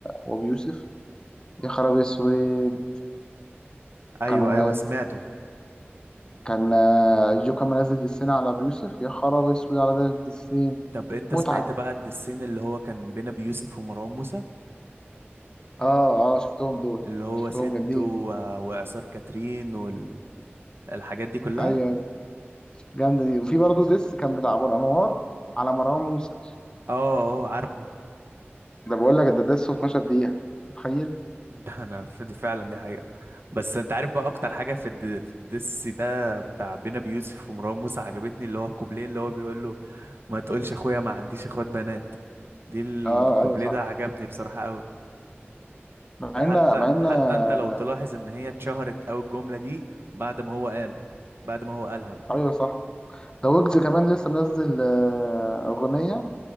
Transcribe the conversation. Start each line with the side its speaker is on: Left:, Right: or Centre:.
Left: وابي يوسف يا خرابي اسود
Right: ايوه
Left: كانوا
Right: ايوه سمعته
Left: كان آه، جو كان منزل دسين على أبو يوسف يا خراب اسود على ده الدسين
Right: طب انت
Left: متعة
Right: سمعت بقى الدسين اللي هو كان بين ابي يوسف ومروان موسى
Left: اه اه شفتهم دول
Right: اللي هو
Left: شفتهم
Right: ست
Left: جامدين
Right: و... وإعصار كاترين والحاجات دي كلها
Left: ايوه ايوه جامدة دي وفي برضه ديس كان بتاع أبو الأنوار على مروان موسى
Right: اه اه عارفه
Left: ده بقول لك ده ديس 12 دقيقة متخيل
Right: ده انا ف- دي فعلا دي حقيقة بس انت عارف بقى اكتر حاجة في الد... في الدس ده بتاع بينا بيوسف ومروان موسى عجبتني اللي هو الكوبليه اللي هو بيقول له ما تقولش اخويا ما عنديش اخوات بنات دي الكوبليه
Left: اه ايوه صح
Right: ده عجبني بصراحة قوي
Left: مع
Right: ده حتى
Left: ان مع ان
Right: حتى
Left: آه،
Right: انت لو تلاحظ ان هي اتشهرت قوي الجملة دي بعد ما هو قال بعد ما هو قالها
Left: ايوه صح ده ويجز كمان لسه منزل آه، أغنية